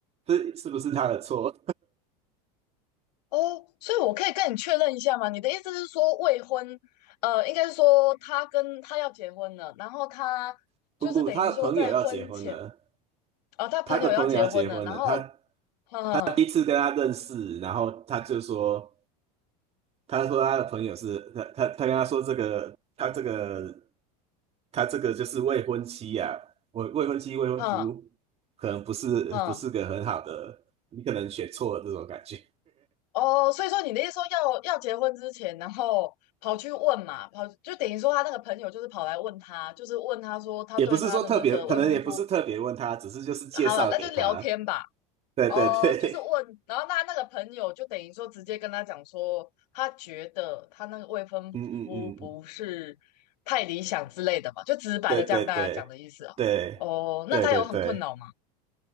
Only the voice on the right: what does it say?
是是不是他的错？
<laughs> 不不，他的朋友要结婚了，
他的朋友要结婚了，
他
他第一次跟他认识，然后他就说。他说他的朋友是他他他跟他说这个他这个他这个就是未婚妻呀、未未婚妻未婚夫可能不是不是个很好的，
你可能选错了这种感觉，
也不是说特别，可能也不是特别问他，只是就是介绍给他，
对对对，
<laughs> 嗯嗯嗯，嗯
对对对对对对对，